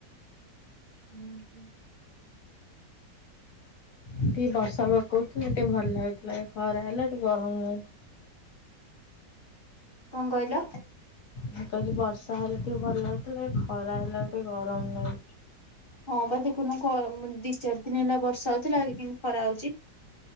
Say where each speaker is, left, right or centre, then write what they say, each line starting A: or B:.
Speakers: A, on the left (about 35°); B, on the left (about 55°).
A: ହୁଁ ହୁଁ।
B: ଟିକେ ବର୍ଷା ପକାଉଥିଲେ ଟିକେ ଭଲ ଲାଗୁଥିଲା ଏବେ ଖରା ହେଲା ଟିକେ ଗରମ
A: କ କହିଲ?
B: ମୁଁ କହିଲି ବର୍ଷା ହେଲେ ଟିକେ ଭଲ ଲାଗୁଥିଲା ଖରା ହେଲା ଟିକେ ଗରମ ଲା
A: ହଁ ବା ଦେଖୁନୁ ଖ ମାନେ ଦି ଚାରି ଦିନ ହେଲା ବର୍ଷା ହଉଥିଲା କେମିତି ଖରା ହଉଛି।